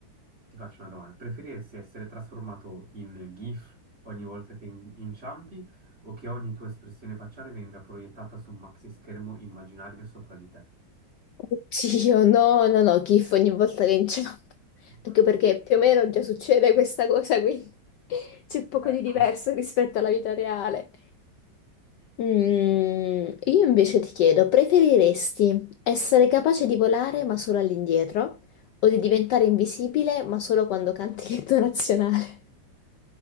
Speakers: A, on the right (about 30°); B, on the left (about 75°).
A: ti faccio una domanda. Preferiresti essere trasformato in GIF ogni volta che in- inciampi o che ogni tua espressione facciale venga proiettata su un maxi schermo immaginario sopra di te?
B: Oddio, no, no, no, gif ogni volta che inciampo.
A: <laughs>
B: Anche perché più o meno già succede questa cosa, quindi <laughs> c'è poco
A: Ecco,
B: di diverso rispetto alla vita reale. Mm, io invece ti chiedo, preferiresti essere capace di volare ma solo all'indietro o di diventare invisibile ma solo quando canti l'inno <laughs> nazionale?